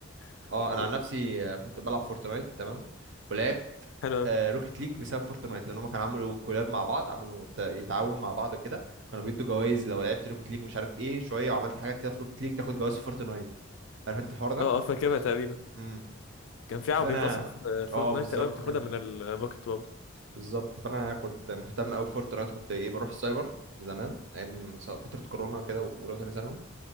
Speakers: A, on the left; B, on the right.
A: <laughs>
B: اه انا
A: و-
B: عن نفسي آه، كنت بلعب فورتنايت تمام ولعبت
A: حلو أوي.
B: آه، روكيت ليج بسبب فورتنايت لان هم كانوا عملوا كولاب مع بعض عملوا ت- يتعاون مع بعض كده كانوا بيدوا جوائز لو لعبت روكيت ليج مش عارف ايه شويه وعملت حاجات كده في روكيت ليج تاخد جوائز في فورتنايت عارف انت الحوار ده
A: اه اه فاكرها تقريبا
B: امم
A: كان في عربيات
B: فانا
A: اصلا في فورتنايت
B: اه بالظبط
A: تقريبا بتاخدها
B: كده
A: من البوكيت برضه
B: بالظبط فانا كنت مهتم قوي بفورتنايت كنت ايه بروح السايبر زمان ايام س- فتره كورونا كده واولى وتانية ثانوي